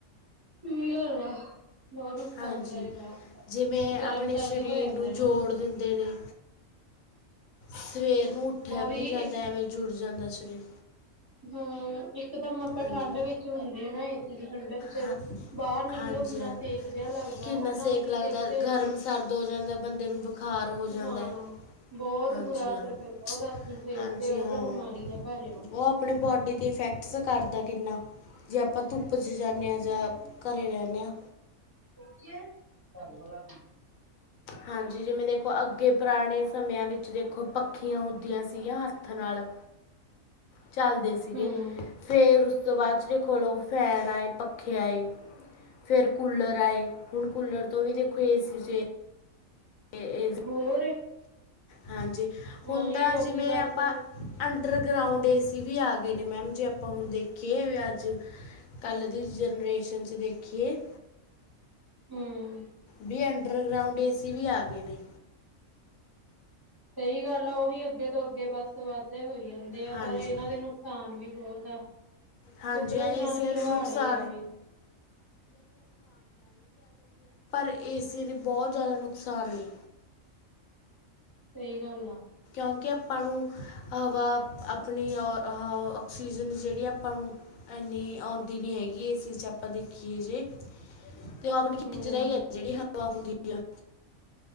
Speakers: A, on the right; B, on the left.
A: ਕੀ ਗੱਲ ਆ ਬਹੁਤ ਨੁਕਸਾਨਦਾਇਕ
B: ਹਾਂਜੀ
A: ਆ।
B: ਜਿਵੇਂ
A: ਗਰਮ
B: ਆਪਣੇ
A: ਸਰਦ
B: ਸਰੀਰ
A: ਹੋ ਜਾਂਦਾ
B: ਨੂੰ
A: ਇਹਨਾਂ
B: ਜੋੜ ਦਿੰਦੇ ਨੇ ਸਵੇਰ ਨੂੰ ਉੱਠਿਆ
A: ਉਹੀ
B: ਵੀ ਨਹੀਂੀ ਜਾਂਦਾ ਐਵੇਂ ਜੁੜ ਜਾਂਦਾ ਸਰੀਰ
A: ਹਮ ਇਕਦਮ ਆਪਾਂ
B: ਹਾਂਜੀ
A: ਠੰਡ ਵਿੱਚ ਹੁੰਦੇ ਹ ਨਾ ਇੇ ਠੰਡਕ ਚ
B: ਹਾਂ
A: ਬਾਹਰ ਨਿਕਲੋ
B: ਹਾਂਜੀ
A: ਕਿੰਨਾ
B: ਹਾਂ
A: ਸੇਕ ਜਿਹਾ ਲੱਗਦਾ
B: ਕਿੰਨਾ
A: ਉਹਨਾਂ
B: ਸੇਕ
A: ਆਪਣੀ
B: ਲੱਗਦਾ
A: ਸਿਹਤ ਤੇ
B: ਗਰਮ ਸਰਦ ਹੋ ਜਾਂਦਾ ਬੰਦੇ ਨੂੰ ਬੁਖਾਰ ਹੋ ਜਾਂਦਾ
A: ਹਾਂ ਬਹੁਤ
B: ਹਾਂਜੀ
A: ਬੁਰਾ ਅਸਰ
B: ਹਾਂ
A: ਪੈਂਦਾ ਉਹਦਾ ਆਪਣੀ ਸਿਹਤ
B: ਹਾਂਜੀ
A: ਤੇ ਉਹ
B: ਹਾਂ
A: ਤਾਂ ਬਿਮਾਰੀ ਦਾ ਘਰ ਆ
B: ਉਹ ਆਪਣੇ ਬੋਡੀ ਤੇ ਇਫੈਕਟਸ ਕਰਦਾ ਕਿੰਨਾ ਜੇ ਆਪਾਂ ਧੁੱਪ 'ਚ ਜਾਂਦੇ ਹਾਂ ਜਾਂ ਘਰ ਜਾਂਦੇ ਹਾਂ
A: ਡਾਕੀਆ ਏ, ਕਰਮੂਲਾ ਦੀ
B: ਹਾਂਜੀ, ਜਿਵੇਂ ਦੇਖੋ ਅੱਗੇ ਪੁਰਾਣੇ ਸਮਿਆਂ ਵਿੱ ਦੇਖੋ ਪੱਖੀਆਂ ਹੁੰਦੀਆਂ ਸੀਗੀਆਂ ਹੱਥ ਨਾਲ ਚੱਲਦੇ ਸੀਗੇ,
A: ਹੂੰ
B: ਫੇਰ ਉਸ ਤੋਂ ਬਾਅਦ ਚ ਦੇਖੋ ਲਓ ਫੈਨ ਆਏ। ਪੱਖੇ ਆਏ, ਫੇਰ ਕੂਲਰ ਆਏ, ਹੁਣ ਕੂਲਰ ਤੋਂ ਵੀ ਦੇਖੋ ਏ ਸੀ ਚੇਂ ਏ ਏਸ,
A: ਹੋਰ
B: ਹਾਂਜੀ, ਹੁਣ
A: ਉਹੀ
B: ਤਾਂ
A: ਲੋਕੀ
B: ਜਿਵੇਂ
A: ਬਸ
B: ਆਪਾਂ ਅੰ ਅੰਡਰਗਰਾਊਂਡ ਏ ਸੀ ਵੀ ਆ ਗਏ ਨੇ ਮੈਮ, ਜੇ ਆਪਾਂ ਹੁਣ ਦੇਖੀਏ ਅੱਜ ਕੱਲ੍ਹ ਦੀ ਜਨਰੇਸ਼ਨ ਚ ਦੇਖਿਏ
A: ਹਮ।
B: ਬੀ ਅੰਡਰਗਰਾਊਂਡ ਏ ਸੀ ਵੀ ਆ ਗਏ ਨੇ।
A: ਸਹੀ ਗੱਲ ਆ, ਉਹੀ ਅੱਗੇ ਤੋਂ ਅੱਗੇ ਬਸ ਵੱਧਦੇ ਹੋਈ ਜਾਂਦੇ ਆ,
B: ਹਾਂਜੀ
A: ਪਰ ਇਹਨਾਂ ਦੇ ਨੁਕਸਾਨ ਵੀ ਬਹੁਤ
B: ਹਾਂਜੀ
A: ਕੁਦਰਤ
B: ਏਸੀਆਂ
A: ਨਾਲ ਖਿਲਵਾੜ
B: ਦੇ ਤੇ
A: ਹੀ
B: ਪਰ
A: ਆ ਇਹ
B: ਏ ਸੀ ਦੀ ਬਹੁਤ ਜਿਆਦਾ ਨੁਕਸਾਨ ਨੇ
A: ਸਹੀ ਗੱਲ
B: ਤਾਂ ਕਿ ਆਪਾਂ ਨੂੰ ਹਵਾ ਆਪਣੀ ਔ ਹ ਆਕਸੀਜਨ ਜਿਹੜੀ ਆਪਾਂ ਨੂੰ ਇੰਨੀ ਆਉਂਦੀ ਨਹੀਂ ਹੈਗੀ ਇਸ ਚੀਜ਼ 'ਚ ਆਪਾਂ ਦੇਖੀਏ ਜੇ
A: <inaudible>
B: ਤੇ ਉਹ ਆਪਣੀ ਖਿਚਰਾ
A: ਹੂੰ
B: ਹੀ ਹੈ ਜਿਹੜੀ ਹਵਾ ਹੁੰਦੀ ਆ